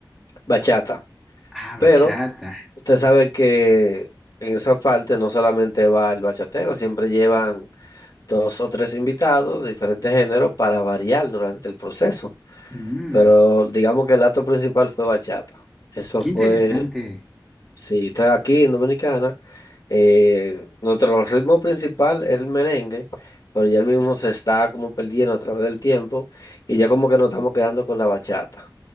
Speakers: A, on the left; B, in the centre.
A: bachata.
B: Ah,
A: Pero
B: bachata.
A: usted sabe que en esa parte no solamente va el bachatero, siempre llevan dos o tres invitados de diferentes géneros para variar durante el proceso.
B: Mm,
A: Pero digamos que el acto principal fue bachata. Eso
B: qué
A: fue,
B: interesante.
A: sí, estás aquí en Dominicana, eh, nuestro ritmo principal es el merengue, pero ya el mismo se está como perdiendo a través del tiempo y ya como que nos estamos quedando con la bachata.